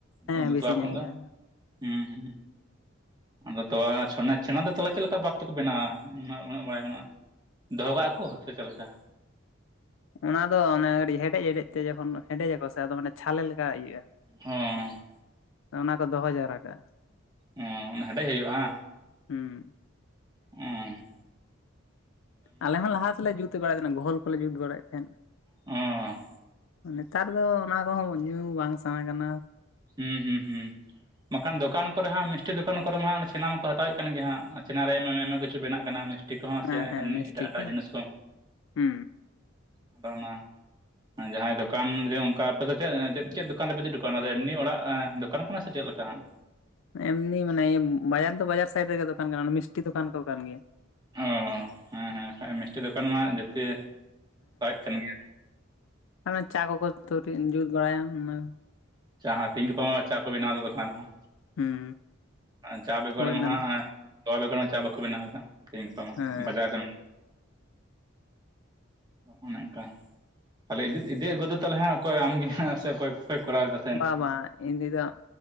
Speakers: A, on the left; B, on the right.
A: ᱦᱮᱸ
B: ᱵᱟᱝ
A: ᱵᱮᱥᱤ
B: ᱛᱚᱭᱟ ᱠᱷᱚᱱ
A: ᱧᱚᱜ
B: ᱫᱚ
A: ᱜᱮᱭᱟ
B: ᱦᱮᱸᱼ ᱦᱮᱸ ᱟᱫᱚ ᱛᱚᱣᱟ ᱪᱷᱱᱟ ᱪᱷᱟᱱᱟ ᱫᱚ ᱛᱟᱞᱟ ᱪᱮᱫ ᱞᱮᱠᱟ ᱵᱷᱟᱵᱽ ᱛᱮᱠᱚ ᱵᱮᱱᱟᱣᱼᱟ ᱩᱱᱟᱹᱜ ᱵᱟᱲᱟᱭ ᱢᱮᱱᱟᱜᱼᱟᱼᱼ ᱫᱚᱦᱚ ᱠᱟᱜᱼᱟ ᱠᱚ ᱥᱮ ᱪᱮᱫ ᱞᱮᱠᱟ?
A: ᱚᱱᱟ ᱫᱚ ᱚᱱᱮ ᱦᱮᱰᱮᱡ-ᱦᱮᱰᱮᱡ ᱛᱮ ᱡᱚᱠᱷᱚᱱ ᱦᱮᱰᱮᱡ ᱟᱠᱚ ᱥᱮ ᱟᱫᱚ ᱢᱟᱱᱮ ᱪᱷᱟᱞᱮ ᱞᱮᱠᱟ ᱤᱭᱟᱹᱜᱼᱟ᱾
B: ᱦᱚᱸ᱾
A: ᱚᱱᱟ ᱠᱚ ᱫᱚᱦᱚ ᱡᱟᱣᱨᱟ ᱠᱟᱜᱼᱟ᱾
B: ᱚ ᱚᱱᱟ ᱦᱮᱰᱮᱡ ᱦᱩᱭᱩᱜᱼᱟ?
A: ᱦᱩᱸ᱾
B: ᱚᱸ
A: ᱟᱞᱮ ᱦᱚᱸ ᱞᱟᱦᱟ ᱛᱮᱞᱮ ᱡᱩᱛ ᱵᱟᱲᱟᱭ ᱛᱟᱦᱮᱱᱟ ᱜᱷᱳᱚᱞ ᱠᱚᱞᱮ ᱡᱩᱛ ᱵᱟᱲᱟᱭᱮᱫ ᱛᱟᱦᱮᱸᱫ᱾
B: ᱚᱸ
A: ᱱᱮᱛᱟᱨ ᱫᱚ ᱚᱱᱟ ᱠᱚᱦᱚᱸ ᱧᱩ ᱵᱟᱝ ᱥᱟᱱᱟ ᱠᱟᱱᱟ᱾
B: ᱦᱩᱸ - ᱦᱩᱸ - ᱦᱩᱸ ᱵᱟᱠᱷᱟᱱ ᱫᱚᱠᱟᱱ ᱠᱚᱨᱮ ᱦᱟᱸᱜ ᱢᱤᱥᱴᱤ ᱫᱚᱠᱟᱱ ᱠᱚᱨᱮ ᱢᱟ ᱢᱩᱥᱠᱤᱞ ᱫᱚᱠᱟᱱ ᱠᱨᱮᱦᱟᱸᱜ ᱪᱮᱱᱟ ᱢᱟ ᱠᱚ ᱦᱟᱛᱟᱣᱮᱫ ᱠᱟᱱ ᱜᱮᱭᱟ, ᱦᱟᱸᱜ ᱪᱮ ᱨᱮᱭᱟᱜ ᱮᱢ ᱟᱭᱢᱟ ᱠᱤᱪᱷᱩ ᱵᱮᱱᱟᱜ ᱠᱟᱱᱟ ᱴᱤ ᱠᱚᱦᱚᱸ
A: ᱦᱮᱸ
B: ᱥᱮ
A: ᱦᱮᱸ
B: ᱮᱢᱱᱤ
A: ᱢᱤᱥᱴᱤ
B: ᱮᱴᱟᱜ ᱷᱴ - ᱮᱴᱟᱜ
A: ᱠᱚ
B: ᱡᱤᱱᱤᱥ ᱠᱚᱦᱚᱸ
A: ᱦᱩᱸ
B: ᱟᱫᱚ ᱚᱱᱟ ᱡᱟᱦᱟᱸᱭ ᱫᱚᱠᱟᱱ ᱨᱮ ᱚᱱᱠᱟ ᱟᱯᱮ ᱫᱚ ᱪᱮᱫ-ᱪᱮᱫ ᱫᱚᱠᱟᱱ ᱨᱮᱯᱮ ᱤᱫᱤ ᱦᱚᱴᱚ ᱠᱟᱜᱼᱟ ᱚᱱᱟ ᱮᱢᱱᱤ ᱚᱲᱟᱜ ᱫᱚᱠᱟᱱ ᱠᱟᱱᱟ, ᱥᱮ ᱪᱮᱫ ᱞᱮᱠᱟ ᱦᱟᱸᱜ?
A: ᱮᱢᱱᱤ ᱢᱟᱱᱮᱤ ᱭᱟᱹ ᱵᱟᱡᱟᱨ ᱫᱚ ᱵᱟᱡᱟᱨ ᱥᱟᱭᱤᱰ ᱨᱮᱜᱮ ᱫᱚᱠᱟᱱ ᱠᱟᱱᱟ ᱢᱤᱥᱴᱤ ᱫᱚᱠᱟᱱ ᱠᱚ ᱠᱟᱱ ᱜᱮᱭᱟ᱾
B: ᱚ ᱦᱮᱸ᱾ ᱦᱮᱸ ᱢᱤᱥᱴᱤ ᱫᱚᱠᱟᱱ ᱢᱟ ᱡᱟᱹᱛᱤ ᱠᱟᱱ ᱜᱮᱭᱟ᱾
A: ᱟᱨ ᱪᱟ ᱠᱚᱠᱚ ᱛ ᱡᱩᱛ ᱵᱟᱲᱟᱭᱟ ᱚᱱᱟᱼᱼ
B: ᱪᱟ ᱛ ᱛᱮᱦᱤᱧ ᱜᱟᱯᱟ ᱪᱟ ᱠᱚ ᱵᱮᱱᱟᱣ ᱮᱫᱟ ᱫᱚᱠᱟᱱ ᱨᱮᱦᱚᱸ
A: ᱦᱩᱸ
B: ᱪᱟ ᱵᱮᱜᱚᱨ
A: ᱦᱳᱭ
B: ᱢᱟ
A: ᱚᱱᱟ
B: ᱦᱟᱸᱜ ᱛᱚᱣᱟ ᱵᱮᱜᱚᱨ ᱢᱟ ᱪᱟ ᱵᱟᱠᱚ ᱵᱮᱱᱟᱣ ᱟᱱᱟᱜ ᱛᱮᱦᱮᱧ ᱜᱟᱯᱟ ᱢᱟ,
A: ᱦᱮᱸ
B: ᱵᱟᱡᱟᱨ ᱨᱮ ᱚᱱᱮ ᱚᱱᱠᱟ ᱛᱟᱦᱚᱞᱮ ᱤᱫᱤ ᱤᱫᱤ ᱟᱹᱜᱩ ᱫᱚ ᱛᱟᱦᱚᱞᱮ ᱦᱜ ᱚᱠᱚᱭ ᱟᱢᱜᱮ ᱦᱮᱜ ᱥᱮ ᱚᱠᱚᱭ ᱠᱚ ᱠᱚᱭ ᱠᱚᱨᱟᱣ ᱫᱟ᱾
A: ᱵᱟᱝ ᱵᱟᱝ ᱤᱧ ᱫᱚ